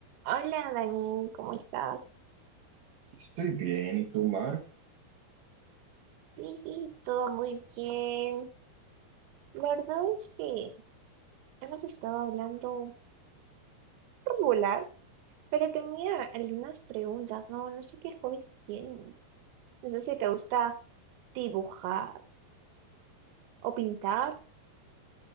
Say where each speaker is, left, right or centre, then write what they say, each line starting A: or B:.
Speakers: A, on the right (about 90°); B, on the right (about 60°).
A: Hola, Dani, ¿cómo estás?
B: Estoy bien, ¿y tú, Mar?
A: Sí, sí, todo muy bien. La verdad es que hemos estado hablando regular, pero tenía algunas preguntas, ¿no? No sé qué hobbies tienes. No sé si te gusta dibujar o pintar.